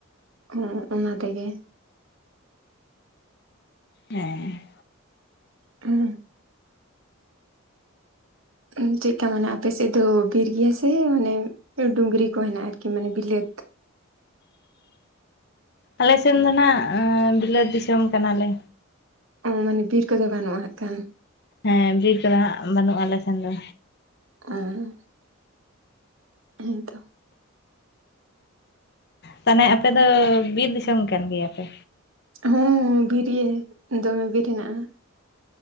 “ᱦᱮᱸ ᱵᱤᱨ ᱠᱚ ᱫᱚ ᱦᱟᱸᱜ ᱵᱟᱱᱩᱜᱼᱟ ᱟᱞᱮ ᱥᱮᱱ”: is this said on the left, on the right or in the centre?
Left